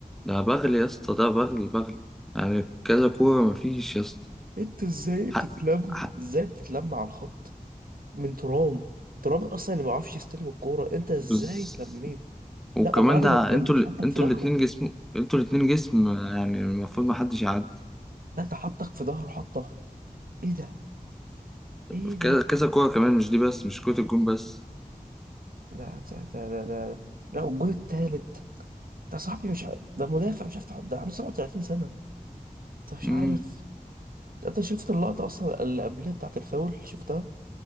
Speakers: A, in the centre; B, on the right.
A: ده بغل يا اسطى ده بغل بغل يعني كذا كوره مفيش يا اسطى
B: انت ازاي
A: حق
B: بتتلم
A: حق
B: ازاي بتتلم على الخط من ترام ترام اصلا اللي ما بيعرفش يستلم الكوره انت ازاي
A: بز...
B: اتلميت
A: وكمان
B: لا وبعد
A: ده
B: ما اتلميت
A: انتوا ال...
B: حطك
A: انتوا
B: في ظهره
A: الاتنين جسم انتوا الاتنين جسم يعني المفروض ما حدش يعدي
B: لا ده حطك في ظهره حطه ايه ده ايه
A: في
B: ده
A: كذا كذا كوره كمان مش دي بس مش كرة الجون بس
B: ده ده ده ده, ده. لا والجول التالت ده صاحبي مش ع... ده مدافع مش عارف تحط ده عنده 37 سنه طب مش
A: امم
B: عارف انت شفت اللقطة اصلا اللي قبلها بتاعت الفاول شفتها